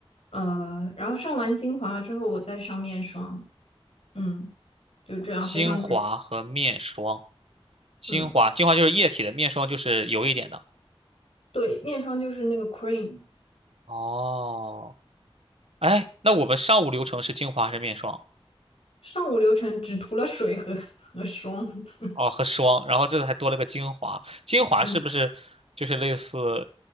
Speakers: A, on the left; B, on the right.
A: 呃，然后上完精华之后我再上面霜，嗯，就这样非常简，
B: 精华和面霜，精华，
A: 嗯，
B: 精华就是液体的，面霜就是油一点的。
A: 对，面霜就是那个 cream，
B: 哦，哎，那我们上午流程是精华还是面霜？
A: 上午流程只涂了水和 <laughs> 和霜。<laughs>
B: 哦，和霜，然后这次还多了个精华。精华是不是就是类似？
A: 嗯，